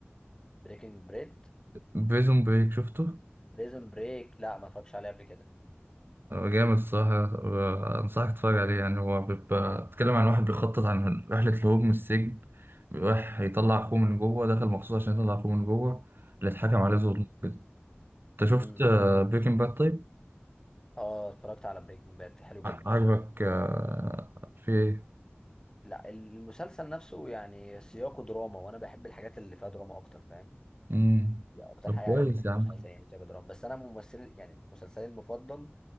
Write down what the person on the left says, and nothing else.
بريكنج بريد
بريزون بريك لا ما اتفرجش عليه قبل كده
امم
امم
اه اتفرجت على بريكنج باد حلو جدا
لا المسلسل نفسه يعني سياقه دراما وانا بحب الحاجات اللي فيها دراما اكتر فاهم
يعني اكتر
حاجه
عجبتني في
المسلسل
يعني سياق دراما بس انا ممثل يعني مسلسلي المفضل